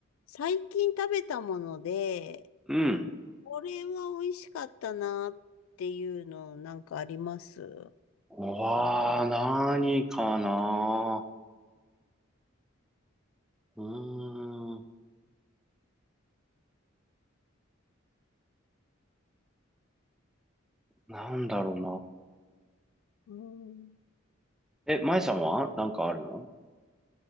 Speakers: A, on the left; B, in the centre.
A: 最近食べたもので、
B: うん。
A: これは美味しかったなっていうのなんかあります
B: わあ、何かな。うーん。なんだろ
A: うん、
B: うな。え、舞さんはなんかあるの